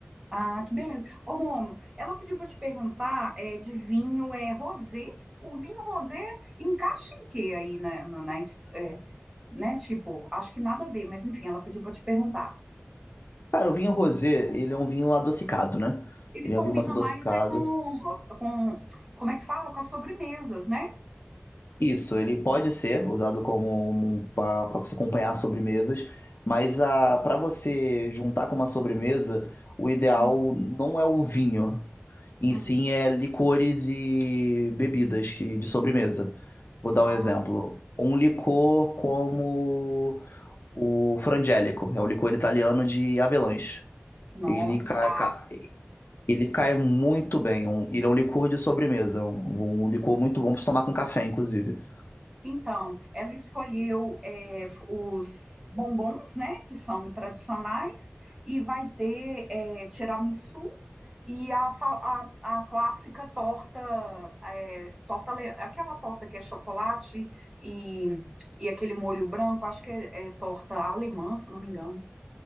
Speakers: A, on the right; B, on the left.
A: Ah, que beleza. Ô, Romo, ela pediu para te perguntar é, de vinho, é rosé? O vinho rosé encaixa em quê aí, né, na, na his- é, né, tipo, acho que nada a ver, mas enfim, ela pediu para te perguntar.
B: Cara, o vinho rosé, ele é um vinho adocicado, né?
A: Ele
B: Ele
A: combina
B: é um vinho mais adocicado.
A: mais é com, com, como é que fala? Com as sobremesas, né?
B: Isso, ele pode ser usado como para você acompanhar sobremesas, mas a para você juntar com uma sobremesa, o ideal
A: Hum,
B: não é o vinho, em
A: hum.
B: sim é licores e bebidas que- de sobremesa. Vou dar
A: Ah,
B: um exemplo. Um licor como o Frangélico, é um licor italiano de avelãs.
A: nossa!
B: Ele, ca- ca- ele cai muito bem, um- ele é um licor de sobremesa, um, um licor muito bom para se tomar com café, inclusive.
A: Então, ela escolheu é, f- os bombons, né? Que são tradicionais, e vai ter é, tiramisu e a, fa- a, a clássica torta, é, torta, ale- aquela torta que é chocolate e, e aquele molho branco, acho que é, é torta alemã, se eu não me engano.